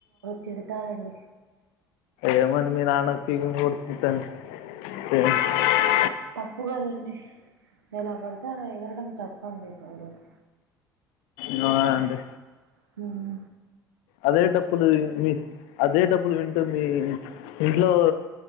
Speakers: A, on the right (about 80°); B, on the left (about 60°).
A: తిడతారండి.
B: ఏమండి మీ నాన్న కి మీరు గూడ తిట్టండి <unintelligible>
A: తప్పు గదండి ఎలా పడితే అలా ఎగరడం తప్పండి అసలుకి
B: నో అండి
A: హుమ్
B: అదే డప్పులు మీ అదే డప్పులు వింటూ మీ ఇంట్లో